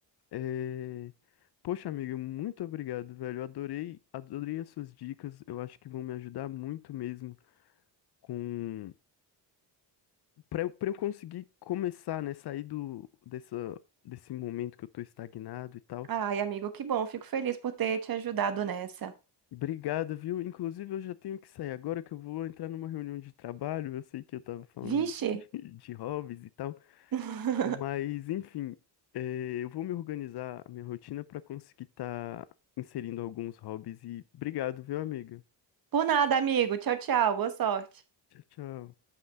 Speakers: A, on the left; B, on the right.
A: é... Poxa, amiga, muito obrigado, velho. Eu adorei, adorei as suas dicas. Eu acho que vão me ajudar muito mesmo com para eu, para eu conseguir começar, né, sair do dessa desse momento que eu tô estagnado e tal.
B: Ai, amigo, que bom. Fico feliz por ter te ajudado nessa.
A: Obrigado, viu? Inclusive, eu já tenho que sair agora que eu vou entrar numa reunião de trabalho. Eu sei que eu tava falando
B: Vixe.
A: de, <laughs> de hobbies e tal,
B: <laughs>
A: mas enfim, é, eu vou me organizar a minha rotina pra conseguir estar inserindo alguns hobbies e obrigado, viu, amiga?
B: Por nada, amigo. Tchau, tchau. Boa sorte.
A: Tchau, tchau.